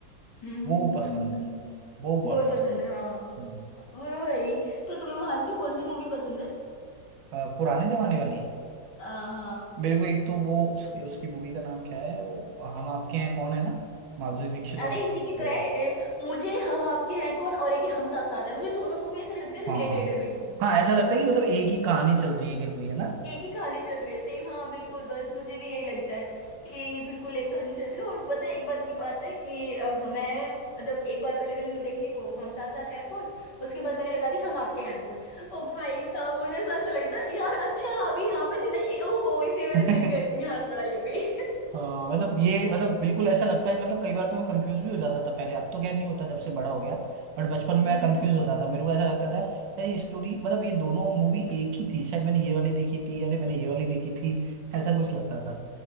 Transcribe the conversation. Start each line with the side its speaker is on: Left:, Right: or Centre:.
Left: हम्म हम्म,
Right: वो
Left: हम्म,
Right: पसंद है वो बहुत
Left: हम्म। वो ही
Right: पसंद
Left: पसंद
Right: है
Left: है हाँ
Right: हम्म,
Left: वो वही तो तुम्हें वहाज की कौन सी मूवी पसंद है
Right: अ, पुराने जमाने वाली
Left: आ, हाँ
Right: मेरे को एक तो वो उसकी उसकी मूवी का नाम क्या है वो हम आपके हैं कौन है ना माधुरी दीक्षित और
Left: अरे
Right: <laughs> तो,
Left: इसी की तो है ए, मुझे हम आपके हैं कौन और एक ही हम साथ साथ है मुझे दोनों मूवी ऐसे लगते हैं रिलेटेड
Right: हाँ
Left: है बिल्कुल
Right: हाँ ऐसा लगता है कि मतलब एक ही कहानी चल रही है क्या कोई है ना
Left: एक ही कहानी चल रही है सेम हाँ बिल्कुल बस मुझे भी यही लगता है कि बिल्कुल एक कहानी चल रही है और पता है एक बार की बात है कि अ, मैं मतलब एक बार पहले मैंने देख ली वो हम साथ साथ है कौन उसके बाद मैंने लगा दी हम आपके हैं कौन ओ भाई साहब मुझे ऐसा ऐसा लग रहा था यार अच्छा अभी यहाँ पे थे ना ये ओहो इसी वजह
Right: <laughs>
Left: से इनके यहाँ लड़ाई हो गई
Right: हाँ, मतलब ये मतलब बिल्कुल ऐसा लगता है मतलब कई बार तो मैं कंफ्यूज भी हो जाता था पहले अब तो खैर नहीं होता जब से बड़ा हो गया बट बचपन में
Left: <laughs>
Right: मैं
Left: हम्म
Right: कंफ्यूज
Left: हम्म।
Right: होता था मेरे को ऐसा लगता था यार ये स्टोरी मतलब ये दोनों मूवी एक ही थी शायद मैंने ये वाली देखी थी अरे मैंने ये वाली देखी थी ऐसा कुछ लगता था